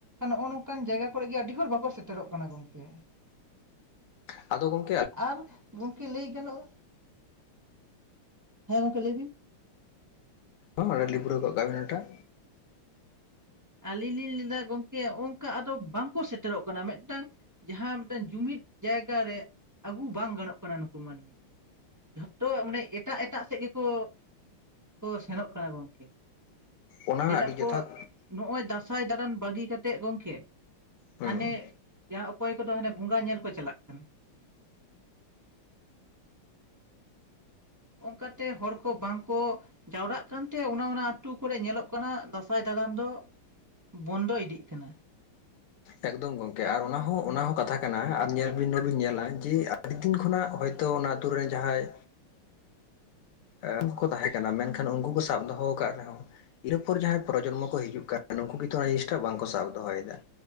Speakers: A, on the right (about 20°); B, on the left (about 80°).
A: ᱱᱚᱜ-ᱚ ᱱᱚᱝᱠᱟᱱ ᱡᱟᱭᱜᱟ ᱠᱚᱨᱮᱜ ᱜᱮ ᱟᱹᱰᱤ ᱦᱚᱨ ᱵᱟᱠᱚ ᱥᱮᱴᱮᱨᱚᱜ ᱠᱟᱱᱟ ᱜᱚᱝᱠᱮ,
B: ᱟᱫᱚ ᱜᱚᱝ
A: ᱟᱨ ᱜᱚᱝᱠᱮ ᱞᱟᱹᱭ ᱜᱟᱱᱚᱜ-ᱟ ᱦᱮᱸ ᱜᱚᱝᱠᱮ ᱞᱟᱹᱭ ᱵᱤᱱ
B: ᱦᱚᱸ ᱞᱮᱯᱩᱨᱟᱹᱣ ᱜᱚᱜ ᱠᱟᱜ ᱵᱤᱱ ᱚᱱᱟᱴᱟᱜ,
A: ᱟᱹᱞᱤᱧ ᱞᱤᱧ ᱞᱟᱹᱭᱫᱟ ᱜᱚᱝᱠᱮ ᱚᱝᱠᱟ ᱟᱫᱚ ᱵᱟᱝᱠᱚ ᱥᱮᱴᱮᱨᱚᱜ ᱠᱟᱱᱟ ᱢᱮᱫᱴᱟᱝ ᱡᱟᱦᱟ ᱢᱮᱴᱟᱝ ᱡᱩᱢᱤᱫ ᱡᱟᱭᱜᱟ ᱨᱮ ᱟᱹᱜᱩ ᱵᱟᱝ ᱜᱟᱱᱚᱜ ᱠᱟᱱᱟ ᱱᱩᱠᱩ ᱢᱟᱱᱢᱤ᱾ ᱡᱷᱚᱛᱚ ᱢᱟᱱᱮ ᱮᱴᱟᱜ ᱮᱴᱟᱜ ᱥᱮᱫ ᱜᱮᱠᱚ ᱠᱚ ᱥᱮᱱᱚᱜ ᱠᱟᱱᱟ ᱜᱚᱝᱠᱮ
B: ᱚᱱᱟ
A: ᱞᱟᱹᱭᱫᱟ
B: ᱟᱹᱰᱤ
A: ᱠᱚ
B: ᱡᱚᱛᱷᱟᱛ
A: ᱱᱚᱜ-ᱚᱭ ᱫᱟᱸᱥᱟᱭ ᱫᱟᱬᱟᱱ ᱵᱟᱹᱜᱤ ᱠᱟᱛᱮᱜ ᱜᱚᱝᱠᱮ
B: ᱦᱩᱸ
A: ᱦᱟᱱᱮ ᱡᱟᱦᱟ ᱚᱠᱚᱭ ᱠᱚᱫᱚ ᱦᱟᱱᱮ ᱵᱚᱸᱜᱟ ᱧᱮᱞ ᱠᱚ ᱪᱟᱞᱟᱜ ᱠᱟᱱᱟ ᱚᱱᱠᱟᱛᱮ ᱦᱚᱲ ᱠᱚ ᱵᱟᱝᱠᱚ ᱡᱟᱣᱨᱟᱜ ᱠᱟᱱᱛᱮ ᱚᱱᱟ ᱚᱱᱟ ᱟᱛᱩ ᱠᱚᱨᱮ ᱧᱮᱞᱚᱜ ᱠᱟᱱᱟ ᱫᱟᱸᱥᱟᱭ ᱫᱟᱲᱟᱱ ᱫᱚ ᱵᱚᱱᱫᱚ ᱤᱫᱤᱜ ᱠᱟᱱᱟ
B: ᱮᱠ ᱫᱚᱢ ᱜᱚᱢᱠᱮ ᱟᱨ ᱚᱱᱟ ᱦᱚᱸ ᱚᱱᱟ ᱦᱚᱸ ᱠᱟᱛᱷᱟ ᱠᱟᱱᱟ ᱟᱨ ᱧᱮᱞ ᱵᱤᱱ ᱱᱚᱰᱮᱵᱤᱱ ᱧᱮᱞᱟ ᱡᱮ ᱟᱹᱰᱤ ᱫᱤᱱ ᱠᱷᱚᱱᱟᱜ ᱦᱚᱭ ᱛᱚ ᱚᱱᱟ ᱟᱹᱛᱩ ᱨᱮᱱ ᱡᱟᱦᱟᱸᱭ ᱩᱱᱠᱩ ᱠᱚ ᱛᱟᱦᱮᱸ ᱠᱟᱱᱟ ᱢᱮᱱᱠᱷᱟᱱ ᱩᱱᱠᱩ ᱠᱚ ᱥᱟᱵ ᱫᱚᱦᱚ ᱠᱟᱫ ᱨᱮ ᱦᱚᱸ ᱤᱱᱟᱹᱯᱚᱨ ᱡᱟᱦᱟᱸᱭ ᱯᱨᱚᱡᱚᱱᱢᱚ ᱠᱚ ᱦᱤᱡᱩᱜ ᱠᱟᱱ ᱱᱩᱠᱩ ᱜᱮ ᱛᱚ ᱚᱱᱟ ᱡᱤᱱᱤᱥ ᱴᱟᱜ ᱵᱟᱝ ᱠᱚ ᱥᱟᱵ ᱫᱚᱦᱚᱭᱮᱫᱟ